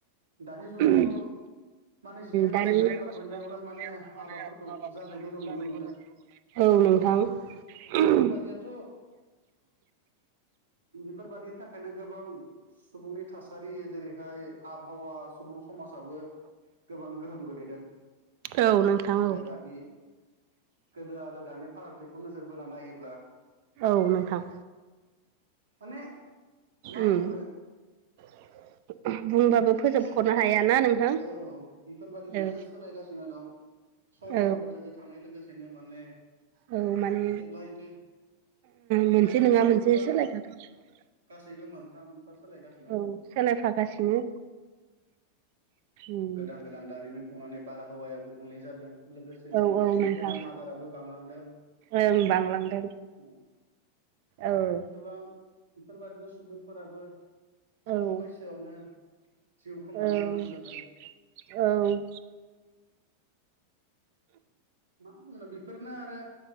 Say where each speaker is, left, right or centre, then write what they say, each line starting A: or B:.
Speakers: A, on the right (about 70°); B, on the right (about 45°).
A: दानि जुगावथ'
B: <unintelligible>
A: माने जिदाइन
B: दानि
A: जास्लाबबोनियावनो
B: बोसोर जास्लाबबयावनो
A: माने हाबाफोरखौ
B: माने हाबाफोरखौ
A: जानायखौ जों
B: जानाय
A: नुनो मोनो
B: नुनो मोनो। औ नोंथां।
A: बेफोरबादियाथ' बेफोरबायादिनि थाखायनो गोबां सुबुंनि थासारि जेरैहाय आबहावा सुबुं समाजाबो गोबां गोहोम गोलैदों।
B: औ नोंथां औ।
A: बादि गोदो आरो दानि फारागथिखौ नोजोर बोना नायोब्ला
B: औ नोंथां।
A: माने मा
B: उम
A: बुंनो?
B: <inaudible>
A: बेफोरबादिनो
B: फोजोबख'नो हायाना नोंथां
A: औ बेफोर बादिनो
B: औ
A: सोलायगासिनो दं। सम
B: औ
A: आरो बोथोरजों थांनाय लोगोसेनो माने
B: औ माने
A: जेब्लायबो माने
B: मोनसे
A: मोनफा
B: नङा
A: मोनफा
B: <unintelligible>
A: गासैबो मोनफा मोनफा सोलायगासिनो
B: औ
A: दं।
B: सोलायफागासिनो उम
A: गोदान गोदान दारिमिन खुंनानै बारहावाया गुबुंले जादों। लोगोसेनो
B: औ नोंथां
A: बेराम आदाराबो बांलांदों।
B: ओं बांलांदों
A: ओम।
B: औ।
A: गोबां बेफोरबायदिनो सुबुंफोराबो
B: औ
A: खम बैसोआवनो जिउ खोमानो
B: औ
A: गोनां जादों
B: औ
A: मा बुंनो बेफोरनो आरो